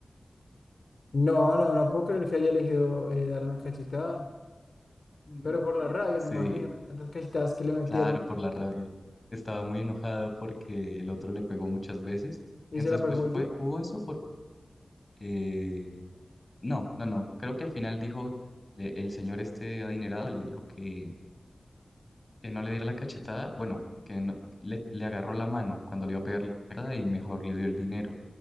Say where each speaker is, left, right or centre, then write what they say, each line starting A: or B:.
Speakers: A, on the left (about 65°); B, on the left (about 35°).
A: No, no, no puedo creer que haya elegido eh, dar una cachetada,
B: Mm.
A: pero por la rabia,
B: Sí,
A: me imagino, de tantas cachetadas que le metieron.
B: Claro, por la rabia. Estaba muy enojada porque el otro le pegó muchas veces.
A: ¿Y
B: Entonces,
A: se la pegó
B: pues fue,
A: muy duro?
B: jugó eso por... eh, no, no, no. Creo que al final dijo, le- el señor este adinerado le dijo que, que no le diera la cachetada. Bueno, que no- le, le agarró la mano cuando le iba a pegar la cachetada y mejor le dio el dinero.